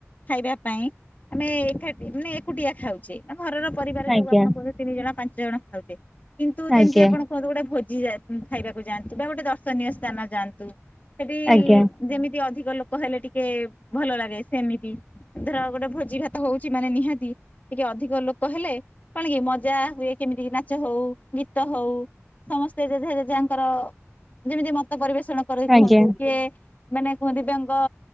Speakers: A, on the left; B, in the centre.
A: ଖାଇବା ପାଇଁ ଆମେ ଏକାଠି ମାନେ ଏକୁଟିଆ ଖାଉଛେ ତ? ଘରର ପରିବାର
B: ଆଜ୍ଞା
A: ଯୋଉ ଆପଣ କହୁଛନ୍ତି ତିନି ଜଣ ପାଞ୍ଚ ଜଣ <unintelligible> କିନ୍ତୁ ଯେମିତି
B: ଆଜ୍ଞା
A: ଆପଣ କୁହନ୍ତୁ ଗୋଟେ ଭୋ ଖାଇବାକୁ ଯାଆନ୍ତୁ ବା ଗୋଟେ ଦର୍ଶନୀୟ ସ୍ଥାନ ଯାଆନ୍ତୁ। ସେଠି
B: ଆଜ୍ଞା
A: ଯେମିତି ଅଧିକ ଲୋକ ହେଲେ ଟିକେ ଟିକ ଭଲ ଲାଗେ ସେମିତି ଧର ଗୋଟେ ଭୋ ଘାତ ହଉଛି ମାନେ ନିହାତି ଟିକେ ଅଧିକ ଲୋକ ଲୋକ ହେଲେ କଣ କି ମ ପୂ ଯା ହୁଏ କେମିତି ନାଚ ହଉ ଗୀତ ହଉ ସମସ୍ତ ସେ ଯାଙ୍କର ଯେମିତି ମତ ପରିବେଶ କରି କୁହନ୍ତୁ
B: ଆଜ୍ଞା।
A: କିଏ ମାନେ କୁହନ୍ତିି ବ୍ୟାଙ୍କ